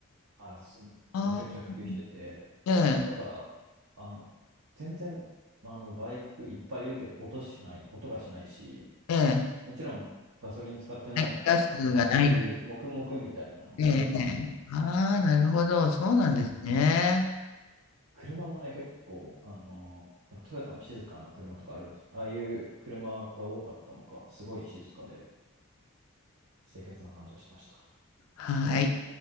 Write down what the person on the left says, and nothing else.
ああ、ええ、
ええ、
排気ガスがない。
ええ、ああ、なるほど。そうなんですね。
はい。